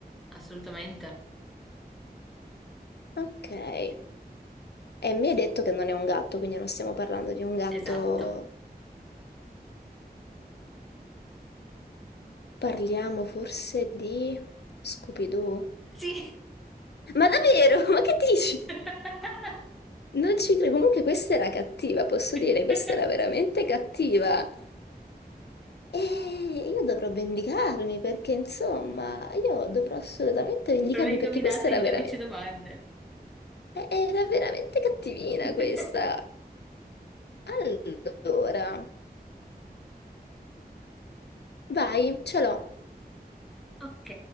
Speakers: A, in the centre; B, on the left (about 80°).
A: Assolutamente.
B: Ok. E mi hai detto che non è un gatto, quindi non stiamo parlando di un gatto.
A: Esatto.
B: Parliamo forse di Scooby-Doo?
A: Sì.
B: Ma davvero? <laughs> Ma che dici?
A: <laughs>
B: Non ci credo, comunque questa era cattiva, posso
A: Sì.
B: dire, questa
A: <laughs>
B: era veramente cattiva. E io dovrò vendicarmi perché, insomma, io dovrò assolutamente vendicarmi
A: Però l'hai indovinata
B: perché questa era
A: in 12
B: veramente,
A: domande.
B: era veramente cattivina
A: <laughs>
B: questa. Allora, vai, ce l'ho.
A: Ok,